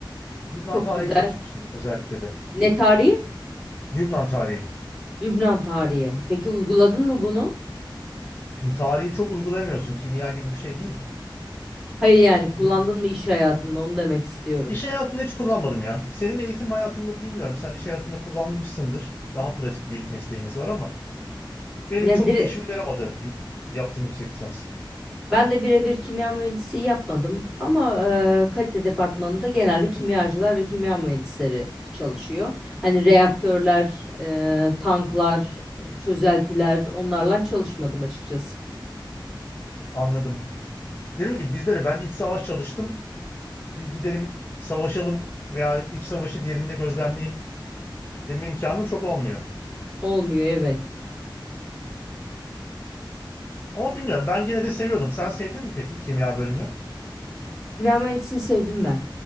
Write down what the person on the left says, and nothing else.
Lübnan
tarihi
çalışmıştım özellikle de.
Lübnan tarihi.
Şimdi tarihi çok uygulayamıyorsun. Kimya gibi bir şey değil.
Bizim-
İş hayatında hiç kullanmadım ya. Senin eğitim hayatında bilmiyorum. Sen iş hayatında kullanmışsındır. Daha pratik bir mesleğiniz var ama benim
çok
bir işime yaramadı yük- yaptığım yüksek lisans.
Anladım. Dedim ki bizde de ben iç savaş çalıştım. bir gidelim savaşalım veya iç savaşı bir yerinde gözlemleyeyim deme imkanın çok olmuyor.
Ama bilmiyorum ben gene de seviyordum. Sen sevdin mi peki kimya bölümünü?